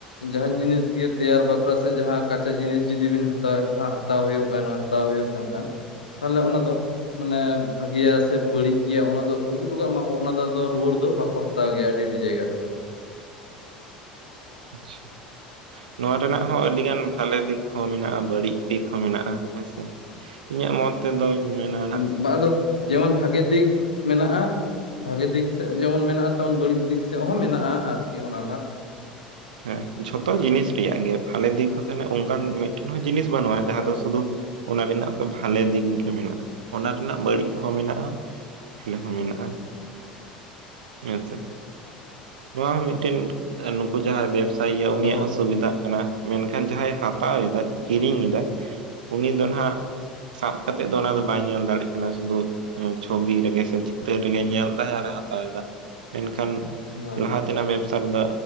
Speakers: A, on the left (about 85°); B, on the right (about 75°).
A: ᱡᱟᱦᱟᱱ ᱡᱤᱱᱤᱥ ᱜᱮ ᱛᱮᱭᱟᱨ ᱵᱟᱠᱷᱨᱟ ᱥᱮ ᱡᱟᱦᱟᱸ ᱠᱟᱪᱟ ᱡᱤᱱᱤᱥ ᱡᱩᱫᱤ ᱵᱤᱱ ᱦᱟᱛᱟᱣᱮᱫ ᱠᱷᱟᱱ ᱦᱟᱛᱟᱣ ᱦᱩᱭᱩᱜ ᱠᱟᱱ ᱦᱟᱛᱟᱣ ᱦᱩᱭᱩᱜ ᱠᱟᱱ ᱠᱷᱟᱱ ᱛᱟᱦᱮᱞᱮ ᱚᱱᱟ ᱫᱚ ᱢᱟᱱᱮ ᱵᱷᱟᱜᱮᱭᱟ ᱥᱮ ᱵᱟᱹᱲᱤᱡ ᱜᱮᱭᱟ ᱚᱱᱟ ᱫᱚ ᱟᱹᱜᱩ ᱚᱴᱚ ᱠᱟᱜ ᱢᱟᱠᱚ ᱚᱱᱟ ᱨᱩᱣᱟᱹᱲ ᱫᱚ ᱵᱟᱠᱚ ᱦᱟᱛᱟᱣ ᱜᱮᱭᱟ ᱟᱹᱰᱤ ᱟᱹᱰᱤ ᱡᱟᱭᱜᱟ ᱨᱮᱫᱚ ᱾
B: ᱟᱪᱪᱷᱟ ᱱᱚᱣᱟ ᱨᱮᱱᱟᱜ ᱦᱚᱸ ᱟᱹᱰᱤ ᱜᱟᱱ ᱵᱷᱟᱞᱮ ᱫᱤᱠ ᱦᱚᱸ ᱢᱮᱱᱟᱜ-ᱟ ᱵᱟᱹᱲᱤᱡ ᱫᱤᱠ ᱦᱚᱸ ᱢᱮᱱᱟᱜ-ᱟ ᱦᱮᱸ ᱥᱮ ᱤᱧᱟᱹᱜ ᱢᱚᱛ ᱛᱮᱫᱚᱧ ᱢᱮᱱᱟ ᱱᱟᱦᱟᱜ
A: ᱵᱟ ᱟᱫᱚ ᱡᱮᱢᱚᱱ ᱵᱷᱟᱜᱮ ᱫᱤᱠ ᱢᱮᱱᱟᱜ-ᱟ ᱵᱷᱟᱜᱮ ᱫᱤᱠ ᱥᱮᱫ ᱡᱮᱢᱚᱱ ᱢᱮᱱᱟᱜ-ᱟ ᱛᱟᱵᱚᱱ ᱵᱟᱹᱲᱤᱡ ᱫᱤᱠ ᱥᱮᱫ ᱦᱚᱸ ᱢᱮᱱᱟᱜ-ᱟ ᱟᱨᱠᱤ ᱚᱱᱟ ᱨᱮᱱᱟᱜ
B: ᱦᱮᱸ ᱡᱷᱚᱛᱚ ᱡᱤᱱᱤᱥ ᱨᱮᱭᱟᱜ ᱜᱮ ᱵᱷᱟᱞᱮ ᱫᱤᱠ ᱦᱚᱸ ᱛᱟᱦᱮᱸᱱᱟ ᱚᱱᱠᱟᱱ ᱢᱤᱫ ᱴᱮᱱ ᱦᱚᱸ ᱡᱤᱱᱤᱥ ᱵᱟᱹᱱᱩᱜ-ᱟ ᱡᱟᱦᱟᱸ
A: ᱦᱳᱭ
B: ᱫᱚ ᱥᱩᱫᱩ ᱚᱱᱟ ᱨᱮᱱᱟᱜ ᱫᱚ ᱵᱷᱟᱞᱮ ᱫᱤᱠ ᱜᱮ ᱢᱮᱱᱟᱜ-ᱟ ᱚᱱᱟ ᱨᱮᱱᱟᱜ ᱵᱟᱹᱲᱤᱡ ᱦᱚᱸ ᱢᱮᱱᱟᱜ-ᱟ᱾ ᱵᱷᱟᱞᱮ ᱦᱚᱸ ᱢᱮᱱᱟᱜ-ᱟ ᱾ ᱦᱮᱸ ᱪᱮ, ᱱᱚᱣᱟ ᱦᱚᱸ ᱢᱤᱫᱴᱮᱱ ᱱᱩᱠᱩ ᱠᱩ ᱡᱟᱦᱟᱸᱭ ᱵᱮᱵᱽᱥᱟ ᱭᱮᱟᱭ
A: ᱟᱫᱚ
B: ᱩᱱᱤᱭᱟᱜ
A: ᱚᱱᱟ
B: ᱦᱚᱸ
A: ᱫᱚ
B: ᱥᱩᱵᱤᱫᱷᱟᱜ ᱠᱟᱱᱟ ᱾ ᱢᱮᱱᱠᱷᱟᱱ ᱡᱟᱦᱟᱸᱭ ᱦᱟᱛᱟᱣ ᱮᱫᱟᱭ ᱠᱤᱨᱤᱧ ᱮᱫᱟᱭ ᱩᱱᱤ ᱫᱚ ᱱᱟᱜ ᱥᱟᱵ ᱠᱟᱛᱮᱫ ᱫᱚ ᱚᱱᱟ ᱫᱚ
A: ᱦᱳᱭ
B: ᱵᱟᱭ ᱧᱮᱞ ᱫᱟᱲᱮᱭᱟᱜ ᱢᱟᱱᱮ ᱥᱩᱫᱷᱩ ᱪᱷᱚᱵᱤ ᱨᱮᱜᱮ ᱥᱮ ᱪᱤᱛᱟᱹᱨ ᱨᱮᱜᱮ ᱧᱮᱞ ᱮᱫᱟᱭ ᱟᱨᱮ ᱦᱟᱛᱟᱣ ᱮᱫᱟ ᱢᱮᱱᱠᱷᱟᱱ
A: ᱦᱳᱭ
B: ᱞᱟᱦᱟ ᱛᱮᱱᱟᱜ ᱵᱮᱵᱽᱥᱟ ᱨᱮᱫᱚ